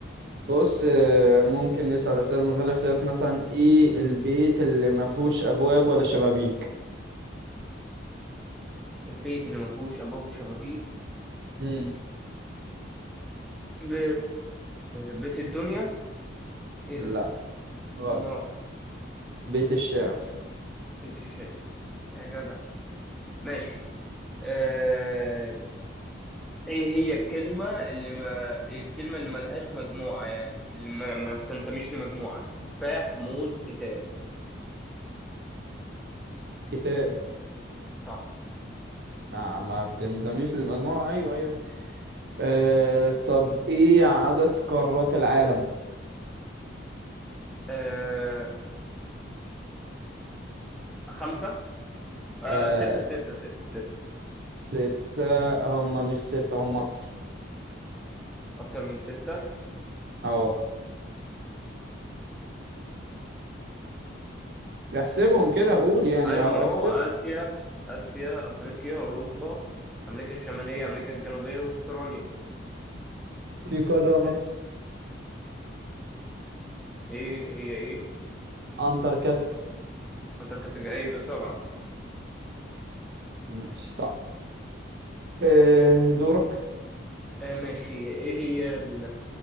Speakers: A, on the right (about 60°); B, in the centre.
A: بص آه ممكن نسأل أسئلة من غير اختيارات مثلا ايه البيت اللي ما فيهوش أبواب ولا شبابيك
B: البيت اللي ما فيهوش أبواب وشبابيك
A: مم.
B: ب... بيت الدنيا ايه
A: لا
B: ده
A: غلط
B: امال
A: بيت الشعر
B: بيت الشعر يا جدع ماشي آه... ايه هي الكلمة اللي ما الكلمة اللي ملهاش مجموعة يعني اللي ما, ما بتنتميش لمجموعة تفاح موز كتاب
A: كتاب
B: صح
A: ما ما بتنضميش للمجموعة أيوه أيوه آه طب ايه عدد قارات العالم
B: آه، خمسة آه
A: آه
B: ستة ستة ستة ستة
A: ستة هم مش ستة هم أكتر
B: أكتر من ستة
A: أهو احسبهم كده أقول يعني
B: أيوة
A: أهو
B: ما هو
A: احسب
B: آسيا آسيا أفريقيا أوروبا أمريكا الشمالية أمريكا الجنوبية وأستراليا
A: في قارة ناقصة
B: ست إيه هي إيه
A: أنتاركتيكا
B: أنتاركتيكا إيه يبقى سبعة
A: ماشي صح إيه دورك
B: آه ماشي إيه هي ال...